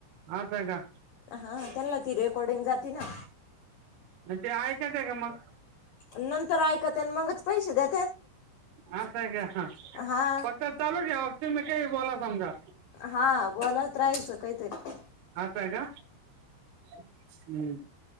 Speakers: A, on the right; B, on the left.
A: असं आहे का.
B: हा त्यांना ती रेकॉर्डिंग जाते ना.
A: मग ते ऐकायचे का मग.
B: नंतर ऐकात्याल मंगच पैसे द्या
A: असं आहे का ह
B: हा
A: फक्त चालू ठेवा तुम्ही काही बोला समजा.
B: हा बोलात राहायचं काहीतरी
A: असा आहे का हुं.